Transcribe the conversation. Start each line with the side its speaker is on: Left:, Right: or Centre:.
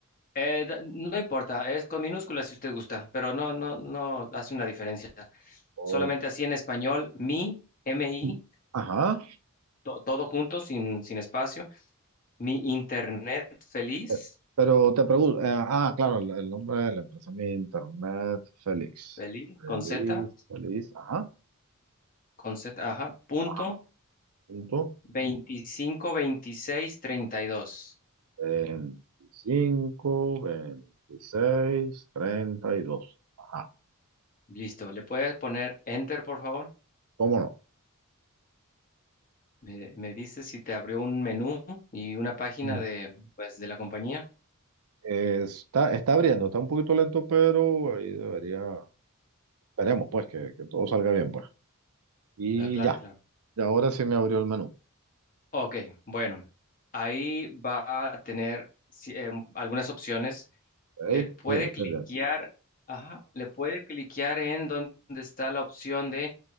Left: Eh, da- no importa, es con minúsculas si usted gusta, pero no, no, no hace una diferencia.
Right: Ok,
Left: Solamente así en español, mi, mi,
Right: mm, Ajá.
Left: to- todo junto, sin, sin espacio, mi internet feliz,
Right: Eh, Pero te pregunto, eh, ah, claro, el, el nombre de la empresa, mi internet, Félix.
Left: feliz,
Right: Feliz,
Left: con Z,
Right: feliz, ajá,
Left: con Z, ajá, punto,
Right: ajá, punto.
Left: veinticinco veintiséis treinta y dos
Right: veinticinco, veintiséis treinta y dos Ajá,
Left: Listo, ¿le puedes poner Enter, por favor?
Right: cómo no.
Left: Me, me dices si te abrió un menú y una página
Right: Mm.
Left: de, pues, de la compañía.
Right: Eh, está, está abriendo, está un poquito lento, pero ahí debería, esperemos pues que, que todo salga bien pues. Y
Left: Ah, claro,
Right: ya,
Left: claro.
Right: y ahora sí me abrió el menú.
Left: Ok, bueno, ahí va a tener si- em, algunas opciones.
Right: Ok,
Left: Le puede
Right: Sí, estoy
Left: cliquear,
Right: bien.
Left: ajá, le puede cliquear en donde está la opción de